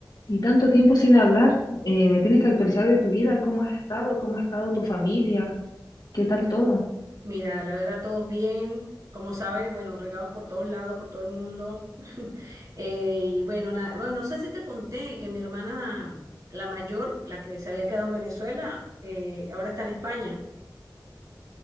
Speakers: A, on the left (about 60°); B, on the right (about 50°).
A: Y tanto tiempo sin hablar, eh, me tienes que actualizar de tu vida, cómo has estado, cómo ha estado tu familia, qué tal todo.
B: Mira, la verdad, todos bien. Como sabes, bueno, regados por todos lados, por todo el mundo. <laughs> Eh, y bueno, nada, bueno, no sé si te conté que mi hermana, la mayor, la que se había quedado en Venezuela, eh, ahora está en España.